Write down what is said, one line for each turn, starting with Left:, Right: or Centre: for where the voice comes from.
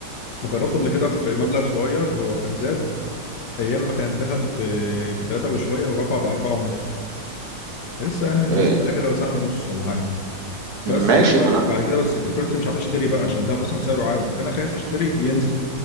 Left: ما جربت قبل كده في مبلغ صغير هو كان زاد ايام ما كان الذهب ب 3 وشويه ورفع ب 4.5 لسه يعني من
Right: آه،
Left: سنه كده ولا سنه ونص ولا حاجه بس
Right: ماشي
Left: بعد كده
Right: ما
Left: بقى-
Right: أنا
Left: بعد كده بس الفكره دلوقتي مش عارف اشتري بقى عشان الدهب اصلا سعره عالي فانا خايف اشتري ينزل